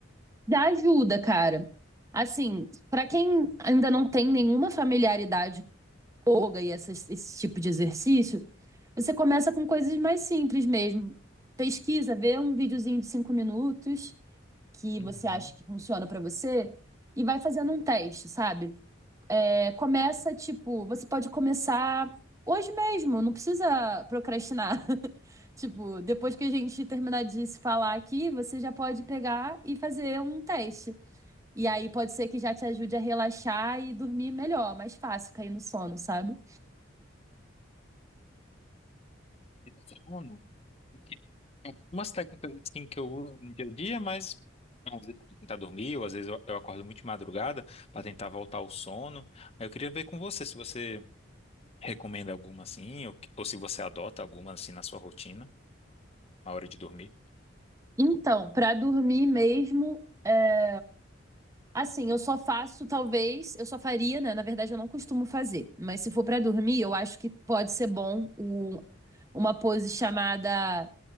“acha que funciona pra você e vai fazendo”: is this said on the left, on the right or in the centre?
Right